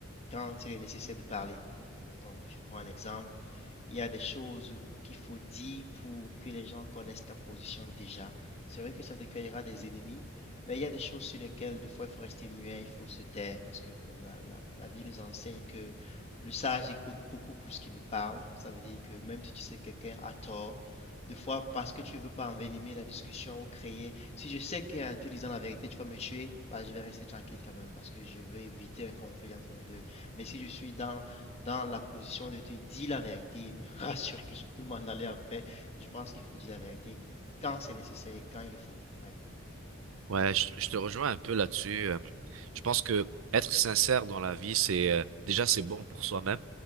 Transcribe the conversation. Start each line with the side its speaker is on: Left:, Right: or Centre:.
Left: quand il est nécessaire de parler. Donc, je prends un exemple. Il y a des choses qu'il faut dire pour que les gens connaissent ta position déjà. C'est vrai que ça te créera des ennemis, mais il y a des choses sur lesquelles, des fois, il faut rester muet, il faut se taire, parce que la, la, la vie nous enseigne que le sage écoute beaucoup plus qu'il ne parle. Ça veut dire que même si tu sais que quelqu'un a tort, des fois, parce que tu veux pas envenimer la discussion ou créer. Si je sais qu'en te disant la vérité, tu vas me tuer, bah, je vais rester tranquille quand même parce que je veux éviter un conflit entre nous deux. Mais si je suis dans dans la position de te dire la vérité et me <laughs> rassurer que je peux m'en aller en paix. Je pense qu'il faut dire la vérité quand c'est nécessaire, quand il le faut. Ouais.
Right: Ouais, je, je te rejoins un peu là-dessus. Euh, Je pense que être sincère dans la vie, c'est euh, déjà c'est bon pour soi-même.